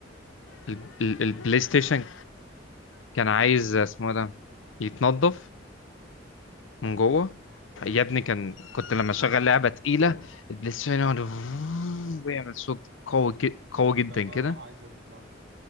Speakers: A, on the left; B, on the right.
A: ال- ال- البلاي ستيشن كان عايز آه، اسمه إيه ده يتنضف من
B: اه
A: جوه يا ابني كان كنت لما اشغل لعبة تقيلة البلاي ستيشن يقعد <laughs> ويعمل صوت قوي كي- قوي
B: يبقى
A: جدا
B: المروحة
A: كده
B: عايزة تتنضف